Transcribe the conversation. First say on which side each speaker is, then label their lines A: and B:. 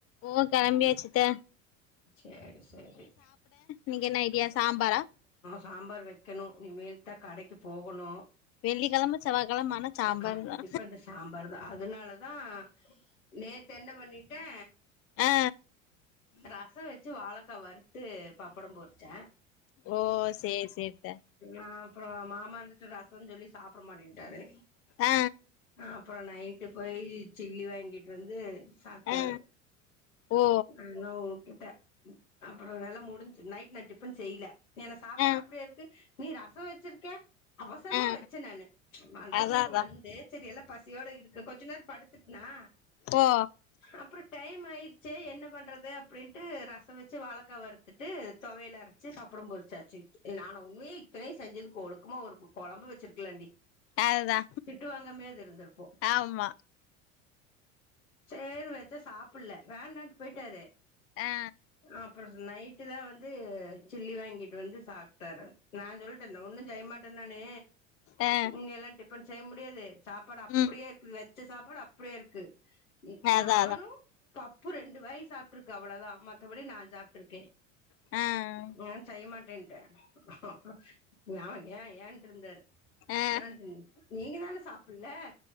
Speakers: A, on the left (about 35°); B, on the left (about 85°).
A: ஓ கெளம்பியாச்சுத்த
B: செரி செரி
A: நீங்க என்ன ஐடியா சாம்பாரா
B: சாம்பார் வெக்கணு இனி மேல் தா கடக்கி போகணு
A: வெள்ளிக்கிழம செவ்வாய்கிழம ஆனா சாம்பார்
B: கண்டிப்பா
A: தா
B: இந்த சாம்பார் தா அதனாலதா நேத்தென்ன பண்ணிட்டே
A: ஆ
B: ரச வெச்சு வாழக்கா வறுத்து பப்படம் பொரிச்சே
A: ஓ சேரி சேரி த்த
B: ஆ மாமா இருந்துட்டு ரசன் சொல்லி சாப்ட மாட்டேன்ட்டாரு
A: ஆ
B: அப்பற நைட்டு போய் சில்லி வாங்கிட்டு வந்து சாப்ட்டாரு
A: ஆ ஓ
B: என்னோ கிட்ட அப்பற வெல முடிஞ்ச்சு நைட் நா டிபன் செய்ல ஏனா சாப்பாடு
A: ஆ
B: அப்டியே இருக்கு நீ ரச வச்சிருக்க அவசரமா
A: ஆ
B: வெச்ச நானு மண்டவத்துல
A: அதா
B: இருந்து
A: அதா
B: வந்து சரி எல்லா ப சியோட இருக்கு கொஞ்ச நேர படுத்துட்னா
A: ஓ
B: அப்புற டைம் ஆயி சேரி என்ன பண்றது அப்டின்ட்டு ரச வச்சு வாழக்கா வறுத்துட்டு தொவையல வெச்சு பப்படம் பொரிச்சாச்சு நானு உண்மையே இத்தனையு செஞ்சதுக்கு ஒழுக்கமா ஒரு கொழம்பு வச்சிருக்கலாண்டி
A: அதுதா
B: திட்டு வாங்காமயாது இருந்திருப்போ
A: ஆமா
B: சேர் வெச்ச சாப்பிடல வேண்டான்ட்டு போய்ட்டாரு
A: ஆ
B: அப்பற நைட்டு தா வந்து சில்லி வாங்கிட்டு வந்து சாப்ட்டாரு நா சொல்ட்டே ஒன்னு செய்ய மாட்ட நானு
A: ஆ
B: இனி எல்லா டிபன் செய்ய முடியாது சாப்பாடு அப்பிடியே
A: ம்
B: இருக்குது வெ ச்ச சாப்பாடு அப்படியே இருக்கு
A: அதா
B: நானு
A: அதா
B: பப் பு ரெண்டு வாய் சாப்ட்ருக்கு அவ்ளதா மத்தபடி நா சாப்ட்ருக்கே
A: ஆ
B: நா செய்ய மாட்டேன்ட்டே அப்பற ஏ ஏ ஏன்ட்டு இருந்தாரு
A: ஆ
B: நா சொன் நீங்க தான சாப்பிடல